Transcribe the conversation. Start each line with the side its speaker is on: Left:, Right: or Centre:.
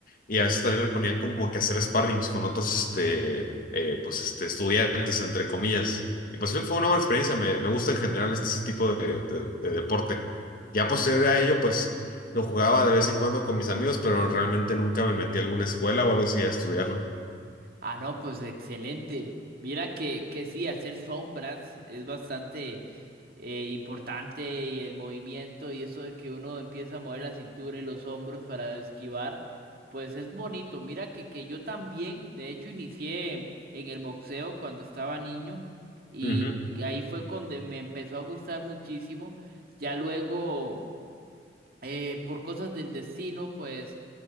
Left: Y a veces también me ponían como que hacer sparrings con otros, este, eh, pues, este, estudiantes, entre comillas. Y pues sí, fue una buena experiencia, me, me gusta en general este, ese tipo de, de- de deporte. Ya posterior a ello, pues, lo jugaba de vez en cuando con mis amigos, pero realmente nunca me metí a alguna escuela o algo así a estudiarlo.
Right: Ah, no, pues excelente. Mira que, que sí, hacer sombras es bastante eh, importante y el movimiento y eso de que uno empieza a mover la cintura y los hombros para esquivar, pues es bonito. Mira que, que yo también, de hecho, inicié en el boxeo cuando estaba niño y
Left: Ujú,
Right: ahí fue cuando me empezó a gustar muchísimo. Ya luego, eh, por cosas del destino, pues